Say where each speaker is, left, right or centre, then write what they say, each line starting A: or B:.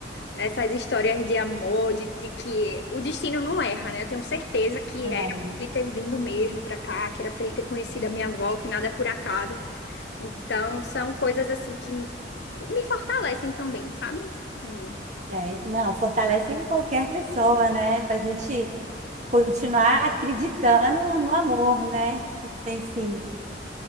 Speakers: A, on the left; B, on the right.
A: essas histórias de amor, de, de que o destino não erra, né? Eu tenho certeza que
B: Ai,
A: era para ele ter vindo mesmo para cá, que era para ele ter conhecido a minha avó, que nada é por acaso. Então, são coisas assim que me fortalecem também, sabe? Hum.
B: é, não, fortalece em qualquer pessoa, né? A gente continuar acreditando no amor, né? Enfim.